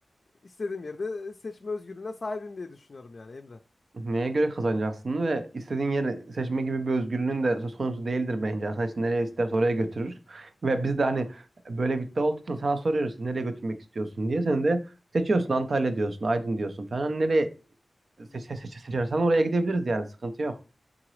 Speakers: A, on the left; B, on the right.
A: istediğim yerde seçme özgürlüğüne sahibim diye düşünüyorum yani Emre.
B: Neye göre kazanacaksın ve istediğin yeri seçme gibi bir özgürlüğün de söz konusu değildir bence. Arkadaş nereye isterse oraya götürür. Ve biz de hani böyle bir iddia olduğu için sana soruyoruz nereye götürmek istiyorsun diye. Sen de seçiyorsun Antalya diyorsun, Aydın diyorsun falan. Hani Nereye
A: Hmm.
B: seç, seç, seç- seçersen oraya gidebiliriz yani sıkıntı yok.